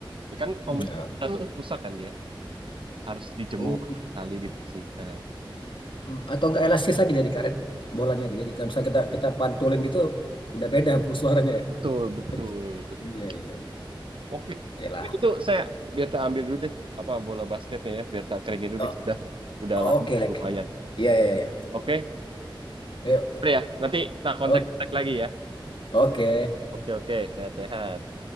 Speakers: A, on the right; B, on the left.
A: ya kan kalau
B: Iya.
A: misalnya pecah tuh rusak kan dia harus dijemur
B: Oh,
A: sekali dibersihkan
B: Hmm, atau enggak elastis lagi dari karet bolanya itu. Jadi kalau misalnya kita kita pantulin gitu udah beda <laughs> bu suaranya ya.
A: betul betul
B: Pec-
A: betul
B: Iya iya.
A: oke
B: Oke lah.
A: itu saya biar tak ambil dulu deh apa bola basketnya ya biar tak keringin dulu
B: O-
A: nih udah udah
B: oke
A: lama
B: Lek.
A: lumayan
B: Iya iya iya.
A: oke
B: Ayo.
A: Pri ya nanti tak kontak
B: O-
A: kontak lagi ya
B: Oke.
A: oke oke sehat-sehat